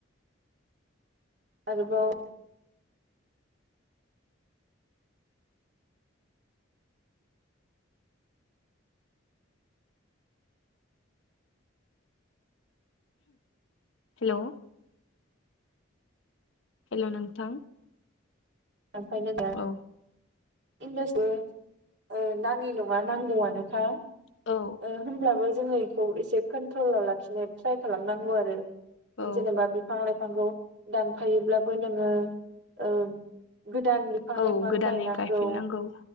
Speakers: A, on the right; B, on the left.
A: आरोबाव
B: हेलौ हेलौ नोंथां
A: दानफायहोदों <unintelligible>
B: औ
A: इनदासबो <unintelligible> ओ नाङि नङा नांगौआनोखा
B: औ
A: ओ होमब्लाबो जोङो इखौ एसे कन्ट्रलाव लाखिनो ट्राय खालामनांगौ आरो
B: औ
A: जेनेबा बिफां लाइफांखौ दानफायोब्लाबो नोङो ओ गोदान बिफां
B: औ
A: लाइफां
B: गोदानै
A: गायनांगौ।
B: गायफिननांगौ